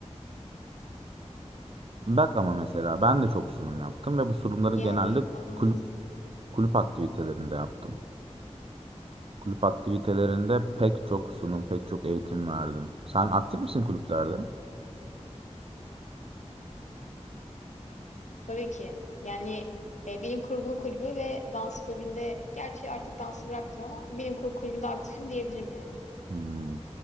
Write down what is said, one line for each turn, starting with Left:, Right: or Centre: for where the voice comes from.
Right: Bak ama mesela ben de çok sunum yaptım ve bu sunumları
Left: Yani
Right: genelde
Left: anladım.
Right: kulüp kulüp aktivitelerinde yaptım. Kulüp aktivitelerinde pek çok sunum, pek çok eğitim verdim. Sen aktif misin kulüplerde?
Left: Tabii ki. Yani e, bilim kurgu kulübü ve dans kulübünde gerçi artık dansı bıraktım ama bilim kurgu kulübünde aktifim diyebilirim yani.
Right: Hmm.